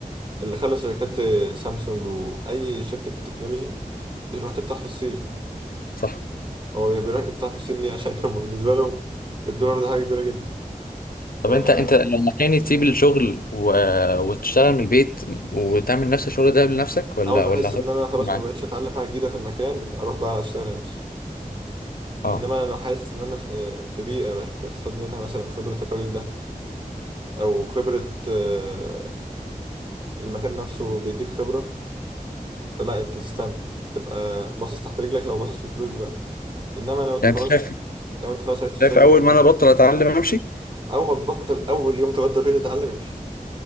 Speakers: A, on the right; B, on the left.
A: اللي خلى شركات زي سامسونج واي شركه تكنولوجي بتروح تفتح في الصين
B: صح
A: هو بيروح يفتح في الصين ليه عشان <laughs> هم بالنسبه لهم الدولار ده حاجه كبيره
B: طب
A: جدا
B: انت انت لما كان تسيب الشغل و... وتشتغل من البيت وتعمل نفس الشغل ده لنفسك ولا
A: اول ما
B: ولا
A: احس
B: هتفضل
A: ان انا خلاص
B: معاه
A: ما بقتش اتعلم حاجه جديده في المكان اروح بقى اشتغل لنفسي
B: اه
A: انما انا لو حاسس ان انا في في بيئه بستفاد منها مثلا خبره الراجل ده او خبره آه، المكان نفسه بيديك خبره فلا انت تستنى تبقى باصص تحت رجلك لو باصص في الفلوس دلوقتي انما لو انت
B: يعني
A: خلاص
B: انت شايف
A: لو انت خلاص عرفت السايكل
B: شايف اول
A: كلها
B: ما انا بطل اتعلم امشي
A: اول ما تبطل اول يوم تبطل فيه تتعلم امشي